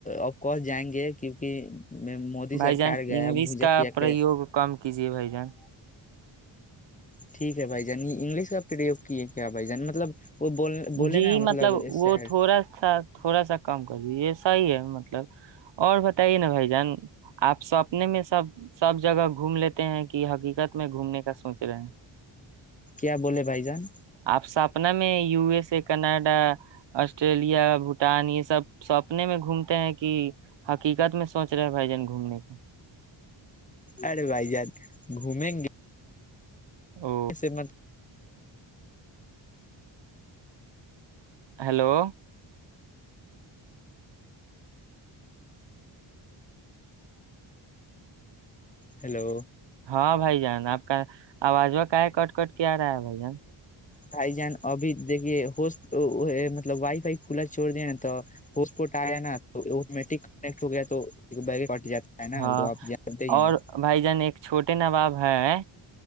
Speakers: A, on the left; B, on the right.
A: اف کورس جائیں گے کیونکہ مودی
B: بھائی
A: سرکار
B: جان
A: گیا
B: انگلش
A: بھوجا
B: کا
A: کیا
B: پریوگ
A: کہ
B: کم کیجیے بھائی جان
A: ٹھیک ہے بھائی جان یہ انگلش کا پرریوگ کیے کیا بھائی جان مطلب وہ بول بولے
B: جی
A: نا
B: مطلب
A: سر
B: وہ تھوڑا سا تھوڑا سا کم کر دیے صا ہی ہے مطلب <unintelligible> اور بتائیے نا بھائی جان آپ سپنے میں سب سب جگہ گھوم لیتے ہیں کہ حقیقت میں گھومنے کا سوچ رہے ہیں
A: کیا بولے بھائی جان
B: آپ سپنا میں یو ایس جی کناڈا آسٹریلیا <unintelligible> بھوٹان یہ سب سوپنے میں گھومتے ہیں کہ حقیقت میں سوچ رہے بھائی جان گھومنے کا
A: ارے بھائی جان گھومیں گے
B: او
A: سیمنٹ <unintelligible>
B: ہلو
A: ہیلو
B: ہاں بھائی جان آپ کا آواز و کا ہے کٹ کٹ کیا رہا ہے بھائی جان
A: بھائی جان ابھی دیکے ہو مطلب وائی فائی کھلا چوڑ دیا نا تو ہوسپورٹ آیا نا تو میٹک کٹ ہو گیا تو بیگ کٹ جاتا ہے نا
B: ہاں
A: وہ تو آپ جانتے ہی
B: اور
A: ہیں
B: بھائی جان ایک چھوٹے نا باب ہاں